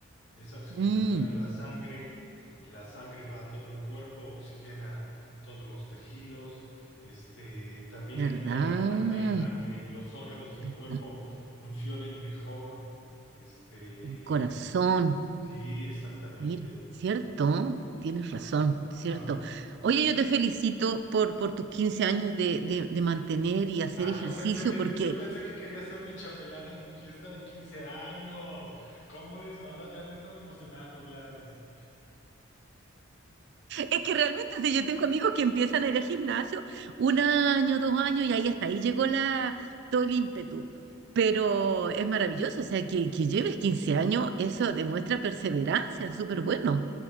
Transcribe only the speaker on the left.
esa oxigenación
a la sangre, la sangre va a todo el cuerpo, oxigena todos los tejidos, este, también
ayuda a que, a que los órganos del
cuerpo funcionen mejor, este.
Sí, exactamente.
Ah,
ah,
ah,
yo pensé que
te- yo pensé que quería ser mi chambelana en mi fiesta de 15 años. ¿Cómo eres malvada? Ya me estaba emocionando, Gladys.